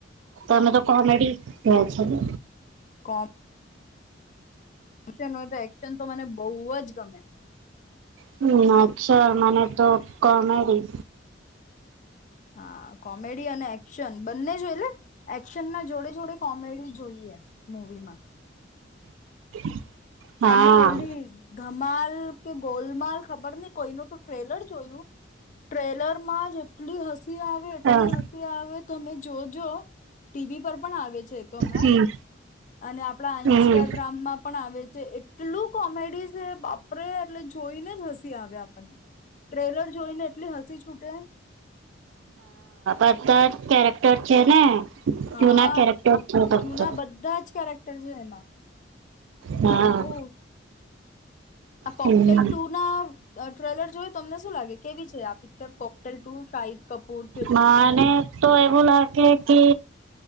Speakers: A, on the right; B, on the left.
A: તમે તો કોમેડી જોવો છો ને
B: કોમ એક્શન હોય તો એક્શન તો મને બહુ જ ગમે.
A: હમ અચ્છા મને તો કોમેડી
B: હા કોમેડી અને એક્શન બંને છે એટલે એક્શનના જોડે જોડે કોમેડી જોઈએ મુવીમાં
A: <inaudible> હા
B: હમણાં ઓલી ધમાલ કે ગોલમાલ ખબર નઈ કોઈનું તો ટ્રેલર જોયું. ટ્રેલરમાં જ એટલી હસી આવે એટલી
A: હા
B: હસી આવે તમે જોજો ટીવી પર પણ આવે છે એતો હમણાં
A: હમ
B: અને આપણા ઇન્સ્ટાગ્રામમાં
A: હમ
B: પણ આવે છે. એટલું કોમેડી છે બાપ રે! એટલે જોઈને જ હસી આવે આપણને ટ્રેલર જોઈને એટલી હસી છૂટે
A: પપ્પા જ કેરેક ટર છે ને
B: હા
A: જૂના કેરેક્ટર છે ફક્ત
B: જૂના બધાં જ કેરેક્ટર છે એમાં
A: હા
B: અને બહુ આ કોકટેલ
A: હમ
B: ટુ ના અ ટ્રેલર જોઈ તમને શું લાગે કેવી છે આ picture Cocktail two Shahid Kapoor, Kriti
A: મને
B: તનન
A: તો એવું લાગે કે